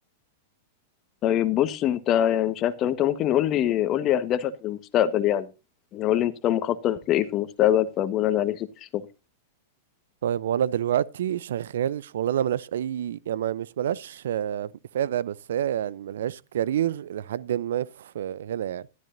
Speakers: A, on the left (about 40°); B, on the right (about 70°).
A: طيب بص انت يعني مش عارف طب انت ممكن قول لي قول لي اهدافك للمستقبل يعني يعني قول لي انت طب مخطط لايه في المستقبل فبناء عليه سبت الشغل
B: طيب وانا دلوقتي شغال شغلانه ملهاش اي يعني ما- مش ملهاش آه، افاده بس هي يعني ملهاش كارير لحد ما في آه، هنا يعني